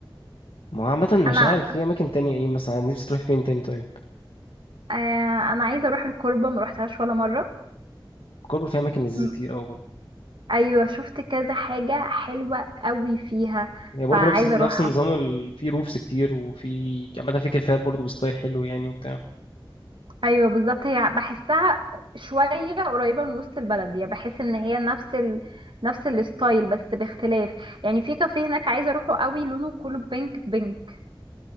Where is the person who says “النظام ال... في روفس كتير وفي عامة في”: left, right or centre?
Left